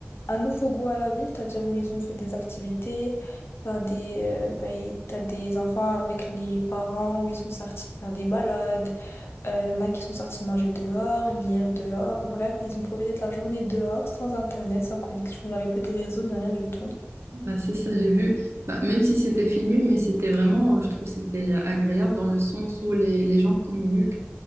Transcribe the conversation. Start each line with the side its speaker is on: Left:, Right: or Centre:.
Left: un nouveau goût à la vie, c'est-à-dire où ils ont fait des activités, t'as des, euh, bah, y- t'as des enfants avec les parents où ils sont sortis faire des balades, euh, il y en a qui sont sortis manger dehors, lire dehors, bref, ils ont profité de la journée dehors, sans internet, sans connexion, il n'y avait plus de réseau, ni rien du tout.
Right: Bah, c'est ça, j'ai vu. Bah, même si c'était filmé, mais c'était vraiment, euh, je trouve, c'était euh, agréable dans le sens où les, les gens communiquent.